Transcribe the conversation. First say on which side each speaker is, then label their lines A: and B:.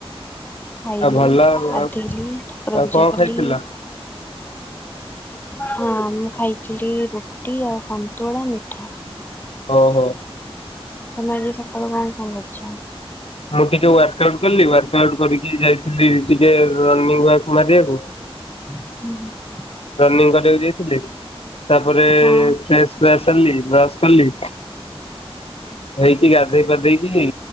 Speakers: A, on the left; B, on the left.
A: ଖାଇଲି
B: ଆଉ ଭଲ ଆଉ
A: ଗାଧେଇଲି
B: ଆଉ
A: ଠାକୁର
B: ଆଉ
A: ପୂଜା
B: କଣ
A: କଲି।
B: ଖାଇଥିଲ?
A: ହଁ ମୁଁ ଖାଇଥିଲି ରୁଟି ଆଉ ସନ୍ତୁଳା ମିଠା।
B: ହଉ ହଉ।
A: ତମେ ଆଜି ସକାଳୁ କଣ କଣ କରିଛ?
B: ମୁଁ ଟିକେ ୱାର୍କ ଆଉଟ୍ କଲି ୱାର୍କ ଆଉଟ୍ କରିକି ଯାଇଥିଲି ଟିକେ ରନିଙ୍ଗ ୱାକ ମାରିବାକୁ।
A: ହୁଁ।
B: ରନିଂ କରିବାକୁ ଯାଇଥିଲି ତାପରେ
A: ହଁ
B: ଫ୍ରେସ ଫୁଆସ ହେଲି ବ୍ରସ କଲି। ହେଇକି ଗାଧେଇ ପାଧେଇକି